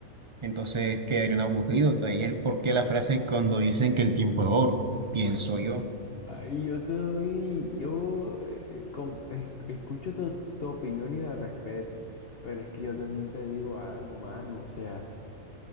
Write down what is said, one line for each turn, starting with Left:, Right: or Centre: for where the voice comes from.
Right: entonces quedarían aburridos. De ahí el porqué la frase cuando dicen que el tiempo es oro, pienso
Left: Pues
Right: yo.
Left: ahí yo te doy, yo eh, eh, com- es- escucho tu, tu opinión y la respeto, pero es que yo también te digo algo, mano, o sea,